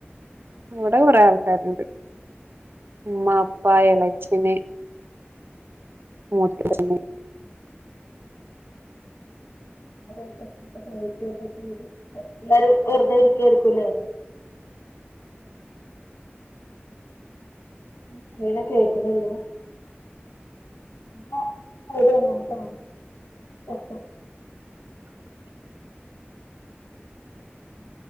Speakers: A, on the right; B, on the left.
A: ഇവിടെ കുറെ ആൾക്കാരുണ്ട് ഉമ്മ ഇപ്പ എളച്ചന് മുത്തച്ഛൻ
B: ആരട്ടക്കെ <unintelligible> എല്ലാരും വെറുതെ ഇരിക്കായിരിക്കുംല്ലേ <unintelligible> കേക്നില്ല <unintelligible> ഉം